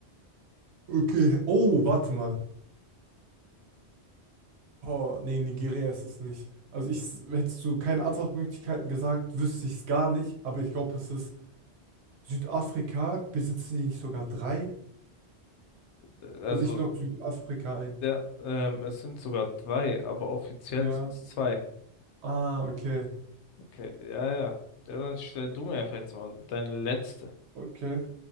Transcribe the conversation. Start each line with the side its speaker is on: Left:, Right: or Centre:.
Right: Okay. Oh, warte mal. Oh, nee, Nigeria ist es nicht. Also ich s- hättest du keine Antwortmöglichkeiten gesagt, wüsste ich es gar nicht. Aber ich glaube, es ist Südafrika. Besitzen die nicht sogar drei?
Left: Äh, Also,
Right: Also ich logge Südafrika ein.
Left: ja, ähm, es sind sogar drei, aber offiziell
Right: Ja.
Left: sind es zwei.
Right: Ah, okay.
Left: Okay, ja, ja. Ja, dann stell du mir einfach jetzt mal deine letzte.
Right: Okay.